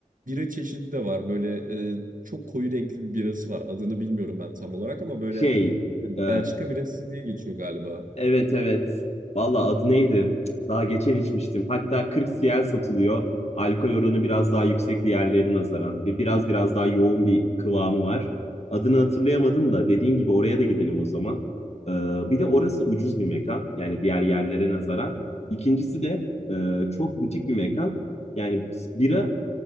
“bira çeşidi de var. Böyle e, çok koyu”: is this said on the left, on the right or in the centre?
Right